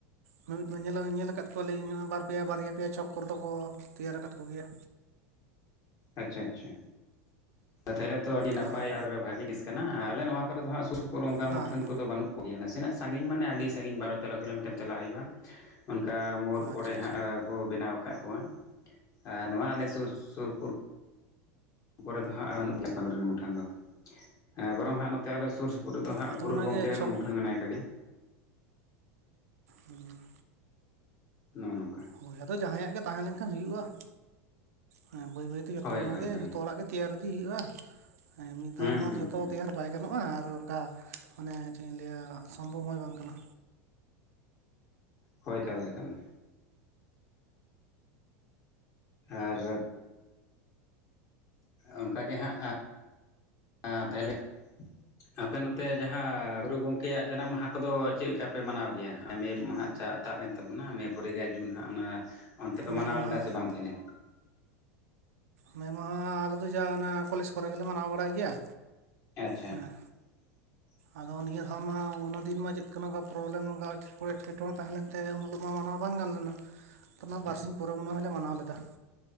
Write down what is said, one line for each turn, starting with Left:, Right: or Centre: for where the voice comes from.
Right: ᱢᱤᱼᱢᱤᱫ ᱫᱷᱟᱣ ᱧᱮᱞ ᱧᱮᱞ ᱠᱟᱫ ᱠᱚᱣᱟ ᱞᱤᱧ ᱵᱟᱨ ᱯᱮᱭᱟ ᱵᱟᱨᱭᱟ ᱯᱮᱭᱟ ᱪᱷᱚᱠ ᱠᱚᱨ ᱫᱚᱠᱚ ᱛᱮᱭᱟᱨ ᱠᱟᱫ ᱠᱚᱜᱮᱭᱟ᱾
Left: ᱟᱪᱪᱷᱟ ᱟᱪᱪᱷᱟ ᱛᱟᱦᱞᱮ ᱛᱚ ᱟᱹᱰᱤ ᱱᱟᱯᱟᱭ
Right: ᱦᱳᱭ ᱦᱮᱸ
Left: ᱟᱨ ᱵᱷᱟᱜᱮ <unintelligible> ᱠᱟᱱᱟ ᱟᱞᱮ ᱱᱚᱣᱟ ᱠᱚᱨᱮ ᱫᱚ ᱦᱟᱸᱜ ᱥᱩᱨ ᱥᱩᱯᱩᱨ ᱚᱱᱠᱟ
Right: ᱦᱮᱸ
Left: ᱢᱩᱴᱷᱟᱹᱱ ᱠᱚᱫᱚ ᱵᱟᱹᱱᱩᱜ ᱜᱮᱭᱟ ᱱᱟᱥᱮ ᱱᱟᱜ ᱥᱟᱹᱜᱤᱧ ᱢᱟᱱᱮ ᱟᱹᱰᱤ ᱥᱟᱹᱜᱤᱧ ᱵᱟᱨᱚ ᱛᱮᱨᱚ ᱠᱤᱞᱳᱢᱤᱴᱟᱨ ᱪᱟᱞᱟᱜ ᱦᱩᱭᱩᱜᱼᱟ, ᱚᱱᱠᱟ ᱢᱳᱲ ᱠᱚᱨᱮ
Right: ᱟᱪᱪᱷᱟ ᱟᱪᱪᱷᱟ
Left: ᱦᱟᱸᱜ ᱠᱚ ᱵᱮᱱᱟᱣ ᱟᱠᱟᱫ ᱠᱚᱣᱟ ᱟᱨ ᱱᱚᱣᱟ ᱟᱞᱮ ᱥᱩᱨ ᱥᱩᱯᱩᱨ ᱠᱚᱨᱮ ᱫᱚ ᱦᱟᱸᱜᱼᱟ ᱵᱟᱹᱱᱩᱜ <unintelligible> ᱢᱩᱴᱷᱟᱹᱱ ᱫᱚ, ᱦᱮᱸ ᱵᱚᱨᱚᱝ ᱦᱟᱸᱜ ᱱᱚᱛᱮ ᱟᱞ ᱥᱩᱨ ᱥᱩᱯᱩᱨ ᱨᱮᱫᱚ ᱦᱟᱸᱜ
Right: ᱟᱫᱚ
Left: ᱜᱩᱨᱩ
Right: ᱚᱱᱟᱜᱮ
Left: ᱜᱚᱝᱠᱮ ᱨᱮᱱ
Right: ᱪᱷᱚᱠ
Left: ᱢᱩᱴᱷᱟᱹᱱ ᱢᱮᱭ ᱠᱟ ᱫᱮᱭᱟ,
Right: ᱦᱩᱸ᱾
Left: ᱱᱚ ᱱᱚᱝᱠᱟ,
Right: ᱦᱳᱭ ᱟᱫᱚ ᱡᱟᱸᱦᱟᱭ ᱟᱜ ᱜᱮ ᱛᱟᱦᱮᱸ ᱞᱮᱱ ᱠᱷᱟᱱ ᱦᱩᱭᱩᱜᱼᱟ, ᱦᱮᱸ ᱵᱟᱹᱭ ᱵᱟᱹᱭ ᱛᱮ ᱡᱷᱚᱛᱚᱢ
Left: ᱦᱳᱭ ᱦᱳᱭ
Right: ᱢᱟᱜ ᱜᱮ
Left: ᱦᱳᱭ
Right: ᱡᱚᱛᱚ ᱦᱚᱲ ᱟᱜ ᱜᱮ ᱛᱮᱭᱟᱨ ᱤᱫᱤ ᱦᱩᱭᱩᱜᱼᱟ, ᱮᱸ ᱢᱤᱫ
Left: ᱦᱩᱸ
Right: ᱫᱷᱟᱣ ᱨᱮ ᱢᱟ
Left: ᱦᱩᱸ
Right: ᱟᱨ ᱡᱷᱚᱛᱚ
Left: ᱦᱩᱸ
Right: ᱛᱮᱭᱟᱨ ᱵᱟᱭ ᱜᱟᱱᱚᱜᱼᱟ ᱟᱨ ᱚᱱᱠᱟ ᱢᱟᱱᱮ ᱪᱮᱫ ᱤᱧ ᱞᱟᱹᱭᱼᱟ ᱥᱚᱢᱵᱷᱚᱵ ᱦᱚᱸᱭ ᱵᱟᱝ ᱠᱟᱱᱟ,
Left: ᱦᱳᱭ ᱮᱠᱟᱞ ᱮᱠᱟᱞ᱾ ᱟᱨ ᱚᱝᱠᱟ ᱜᱮ ᱦᱟᱸᱜ ᱟᱸ ᱛᱟᱦᱞᱮ ᱟᱯᱮ ᱱᱚᱛᱮ ᱡᱟᱸᱦᱟ ᱜᱩᱨᱩ ᱜᱚᱝᱠᱮᱭᱟᱜ ᱡᱟᱱᱟᱢ ᱢᱟᱦᱟ ᱠᱚᱫᱚ ᱪᱮᱫ ᱞᱮᱠᱟ ᱯᱮ ᱢᱟᱱᱟᱣ ᱜᱮᱭᱟ ᱮ ᱢᱮ ᱢᱟᱦᱟ ᱪᱟ <unintelligible> ᱛᱟᱵ ᱮᱱ ᱛᱟᱵᱚ ᱱᱟ ᱢᱮ ᱯᱚᱨᱮ ᱜᱮ ᱡᱩᱱ ᱦᱟᱸᱜ ᱚᱱᱟ ᱚᱱᱛᱮ ᱯᱮ
Right: ᱢᱮ
Left: ᱢᱟᱱᱟᱣ
Right: ᱢᱟᱦᱟ
Left: ᱞᱮᱫᱟ ᱥᱮ ᱵᱟᱝ ᱛᱟᱦᱞᱮ?
Right: ᱢᱮ ᱢᱟᱸᱦᱟ ᱟᱞᱮ ᱫᱚ ᱡᱟ ᱚᱱᱟ ᱠᱚᱞᱮᱡᱽ ᱠᱚᱨᱮ ᱜᱮᱞᱮ ᱢᱟᱱᱟᱣ ᱵᱟᱲᱟᱭ ᱜᱮᱭᱟ
Left: ᱟᱪᱪᱷᱟ
Right: ᱦᱮᱸ,
Left: <inaudible>
Right: ᱟᱫᱚ ᱱᱤᱭᱟᱹ ᱫᱷᱟᱣ ᱢᱟ ᱚᱱᱟ ᱫᱤᱱ ᱢᱟ ᱪᱮᱫ ᱠᱟ ᱚᱝᱠᱟ ᱯᱨᱚᱵᱽᱞᱮᱢ ᱱᱚᱠᱟ ᱮᱴᱠᱮᱴᱚᱸᱬᱮ ᱛᱟᱦᱮᱸ ᱞᱮᱱᱛᱮ ᱩᱱ ᱦᱤᱞᱚᱜ ᱢᱟ ᱢᱟᱱᱟᱣ ᱵᱟᱝ ᱜᱟᱱ ᱞᱮᱱᱟ,
Left: <inaudible>
Right: <unintelligible> ᱵᱟᱨ ᱥᱤᱧ ᱯᱚ ᱨᱮ ᱚᱱᱟ ᱦᱚᱸᱞᱮ ᱢᱟᱱᱟᱣ ᱞᱮᱫᱟ᱾